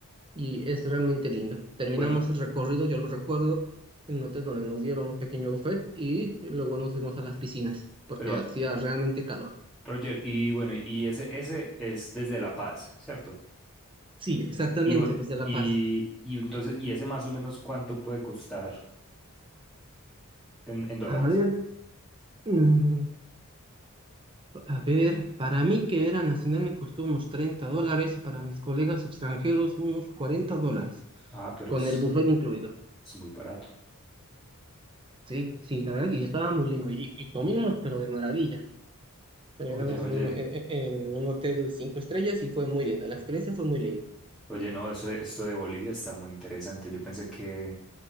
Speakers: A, on the right; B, in the centre.
A: y es realmente linda. Terminamos
B: Bueno,
A: el recorrido, yo lo recuerdo, en un hotel donde nos dieron un pequeño buffet y luego nos fuimos a las piscinas porque
B: pero
A: hacía realmente calor.
B: Roger, y bueno, y ese, ese es desde La Paz, ¿cierto?
A: Sí, exactamente,
B: Y, bu-
A: desde La
B: y,
A: Paz.
B: y entonces, ¿y ese más o menos cuánto puede costar en, en dólares?
A: A ver, mm, a ver, para mí que era nacional me costó unos 30 dólares y para mis colegas extranjeros unos 40 dólares,
B: Ah, pero
A: con
B: es,
A: el buffet incluido.
B: es muy barato.
A: Sí, sí, la verdad que estaba muy lindo y, y comimos, pero de maravilla. Terminamos
B: Oye, oye,
A: en un, en en- en un hotel cinco estrellas y fue muy linda. La experiencia fue muy linda.
B: oye, no, eso, esto de Bolivia está muy interesante. Yo pensé que,